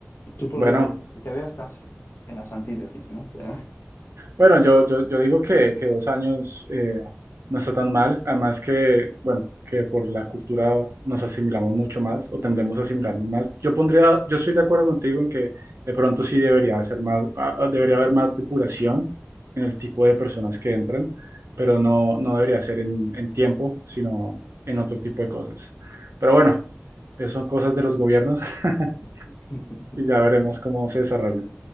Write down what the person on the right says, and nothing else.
Bueno,
Bueno, yo, yo, yo digo que, que dos años eh, no está tan mal, además que, bueno, que por la cultura nos asimilamos mucho más o tendemos a asimilar más. Yo pondría, yo estoy de acuerdo contigo en que de pronto sí debería ser más, ah, ah, debería haber más depuración en el tipo de personas que entran, pero no, no debería ser en, en tiempo, sino en otro tipo de cosas. Pero bueno, esas son cosas de los gobiernos <laughs>
y ya veremos cómo se desarrollan.